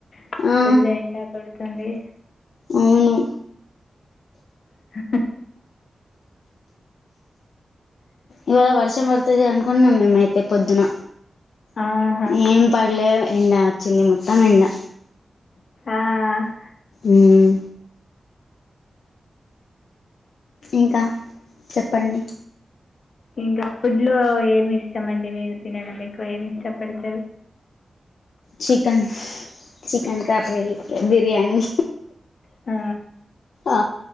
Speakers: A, on the left; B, on the left.
A: పఫుల్
B: ఆ
A: ఎండా కొడుతోంది
B: అవును
A: <unintelligible>
B: ఇవాళ వర్షం పడుతుంది అనుకుంటున్నాం మేమయితే పొద్దున
A: ఆహా
B: ఏం పడలే ఎండ వచ్చింది మొత్తం ఇడ
A: ఆ,
B: మ్ ఇంకా చెప్పండి
A: ఇంకా ఫుడ్ లో ఏమి ఇష్టమండి మీకు తినడం మీరు ఎక్కువ ఏమి ఇష్టపడచారు
B: చికన్ చికన్ కర్రీ బిర్యానీ
A: ఆ
B: ఆ